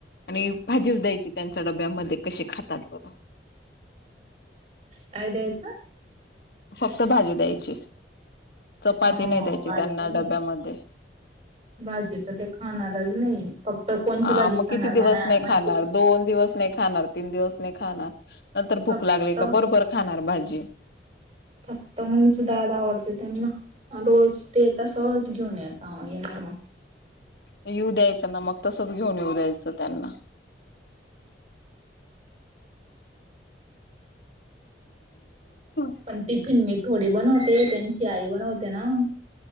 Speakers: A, on the left; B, on the right.
A: आणि भाजीच द्यायची त्यांच्या डब्यामध्ये कशी खातात बघं
B: काय द्यायचं.
A: फक्त भाजी द्यायची चपाती
B: हा
A: नाही द्यायची
B: भाजी
A: त्यांना डब्यामध्ये
B: भाजी तर ते खाणारच नाही फक्त कोणची
A: हा
B: भाजी
A: मग
B: खाणार
A: किती दिवस
B: म्हणा
A: नाही
B: माहिती
A: खाणार
B: का
A: दोन दिवस नाही खाणार तीन दिवस नाही खाणार नंतर
B: फक्त
A: भूक लागली का बरोबर खाणार भाजी
B: फक्त मंगच डाड आवडते त्यांना रोज ते तसंहच घेन येता येणार म.
A: येऊ द्यायचं ना मग तसंच घेऊन येऊ द्यायचं त्यांना <unintelligible>
B: पण टिफिन मी थोडी बनवते त्यांची आई बनवते ना.